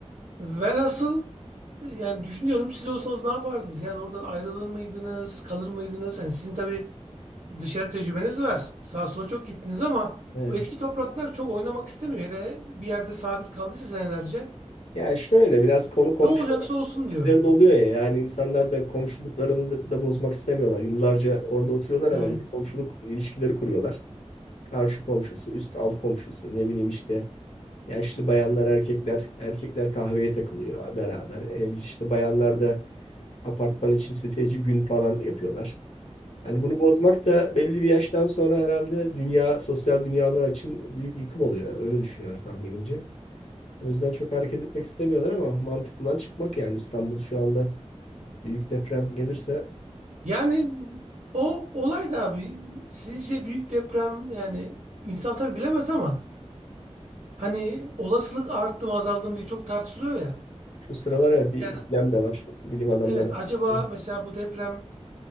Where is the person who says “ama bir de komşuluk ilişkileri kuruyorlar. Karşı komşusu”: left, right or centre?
Left